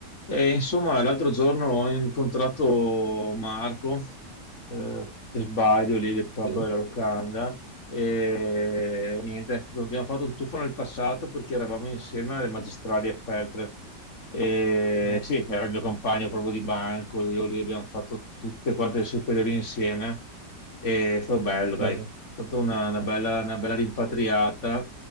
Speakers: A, on the left; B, on the right.
A: E, insomma, l'altro giorno ho incontrato Marco, eh, per sbaglio lì nel pub
B: Sì.
A: della locanda, e niente, è stato- abbiamo fatto un tuffo nel passato perché eravamo insieme alle magistrali a Feltre. E,
B: Ah,
A: sì, era il mio compagno proprio di banco, io e lui abbiamo fatto tutte quante le superiori insieme. E è stato bello, dai,
B: bello.
A: è stata una, una bella, una bella rimpatriata.